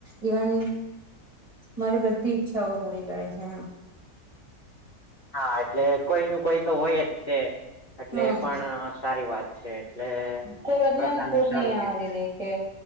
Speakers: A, on the right; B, on the left.
A: ઈવન મારી બધી ઈચ્છાઓ પૂરી કરે છે આમ
B: હા એટલે કોઈ ન કોઈ તો હોય જ છે એટલે
A: હમ
B: એ પણ સારી વાત છે એટલે
A: કોઈ વાતની
B: એક પ્રકારનું
A: આમ ખોટ
B: સારું
A: નહી આવવા
B: કેવાય
A: દીધી કે